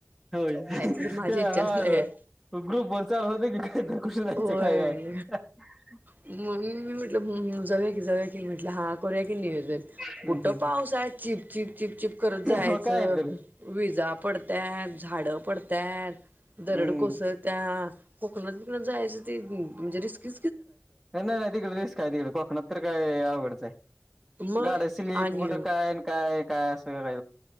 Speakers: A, in the centre; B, on the right.
A: होय
B: तर माझी
A: काय
B: इच्छाच
A: हा
B: नाही हाय
A: ग्रुप वर चालू होते की तर कुठे जायचं
B: होय
A: काय हे हाय <unintelligible>
B: मग मी म्हटल जाऊया की जाऊया कि कि म्हटलं हा करूया की नियोजन
A: नाही
B: कुठं पाऊस आहे चिप चिप चिप चिप करत जायचं
A: हो काय तर
B: विजा पडत्यात झाडं पडत पडत्यात
A: हम्म
B: दरड कोसळत्या कोकनात बिकनातन जायच म्हणजे ते रिस्की
A: नाही नाही तिकडे रिस्क हाय तिकड कोकणात तर काय आवघडच हाय.
B: मग
A: गाड्या स्लीप
B: आणि
A: कुठं काय काय अन काय असं का